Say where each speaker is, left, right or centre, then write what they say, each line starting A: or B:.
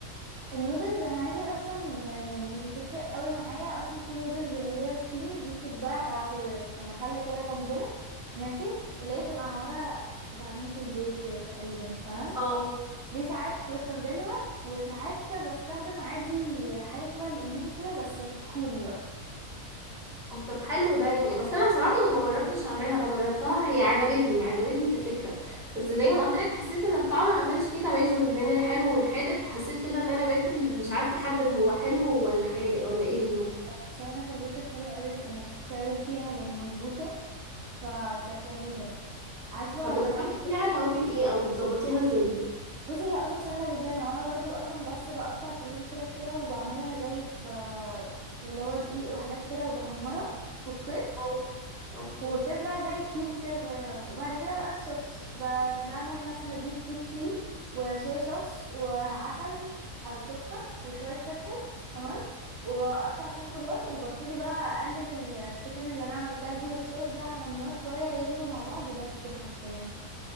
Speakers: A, on the right; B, in the centre.
A: النودلز انا عادي اصلا يعني مش بتفرق قوي معايا اصلا في نودلز اللي هي الصيني دي بتتباع في في محل كده جنبنا ماشي اللي هي تبقى معموله بعجينه البيض كده تقريبا تمام
B: اه
A: دي ساعات بستخدمها وساعات بستخدم عادي حاجه شبه الاندومي كده بس كوري بقى
B: طب حلو ده يعني بس انا بصراحه يعني ما جربتش اعملها انا جربتها هي عجبتني عجبتني كفكره بس زي ما قلت لك حسيت ان الطعم ما كانش فيه توازن بين الحلو والحادق فحسيت كده ان انا باكل مش عارفه احدد هو حلو ولا حادق ولا ايه بالظبط
A: بصراحه في البيت كانت حلوه قوي وكانت التوابل فيها يعني مظبوطه فكانت لذيذه عارفه
B: طب بتحطي
A: جربت
B: فيها توابل ايه او بتظبطيها ازاي
A: بصي هي اصلا سهله جدا هو انا برضو اصلا بس بقطع صدور الفراخ كده وبعملها زي في في اللي هو دقيق وحاجات كده وبحمرها اوكي
B: اه اوكي
A: وبتطلع زي كيوبس كده صغيره وبعد كده بقى الصوص ب- بعمل مثلا بجيب سويت تشيلي وصويا صوص وعسل او سكر وشويه كاتشب تمام وبقطع فيه خضار وببتدي بقى اقلب التشيكن اللي انا عملتها دي والصوص ده على النار شويه يغلوا مع بعض وبس كده حرفيا